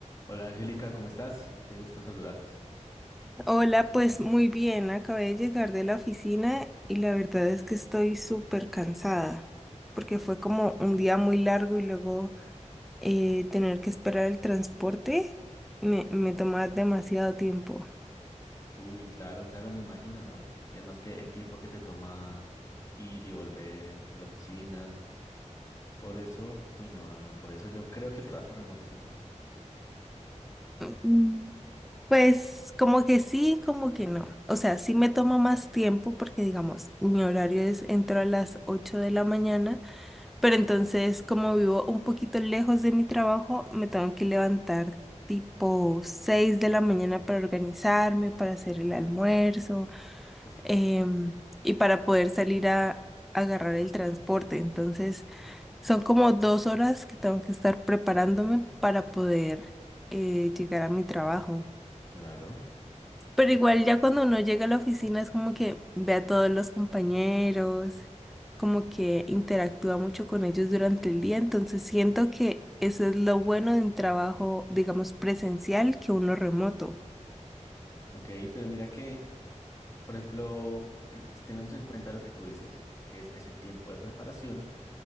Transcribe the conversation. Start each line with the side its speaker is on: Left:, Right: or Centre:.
Left: Hola Angélica, ¿cómo estás? Qué gusto saludarte.
Centre: Hola, pues muy bien, acabé de llegar de la oficina y la verdad es que estoy súper cansada porque fue como un día muy largo y luego eh, tener que esperar el transporte me, me tomaba demasiado tiempo.
Left: Uy, claro, claro, me imagino, ¿no? Y además que el tiempo que te toma ir y volver de la oficina, por eso, uy, no, no, no, por eso yo creo que el trabajo remoto es mejor.
Centre: Mm, Pues como que sí, como que no. O sea, sí me toma más tiempo porque digamos, mi horario es entro a las 8 de la mañana Pero entonces, como vivo un poquito lejos de mi trabajo, me tengo que levantar tipo 6 de la mañana para organizarme, para hacer el almuerzo,
Left: Uf,
Centre: em, y para poder salir a agarrar el transporte. Entonces, son como dos horas que tengo que estar preparándome para poder eh, llegar a mi trabajo.
Left: claro.
Centre: Pero igual ya cuando uno llega a la oficina es como que ve a todos los compañeros, como que interactúa mucho con ellos durante el día, entonces siento que eso es lo bueno de un trabajo, digamos, presencial que uno remoto.
Left: Ok, pero mira que, por ejemplo, eh, si tenemos en cuenta lo que tú dices, que es ese tiempo de preparación,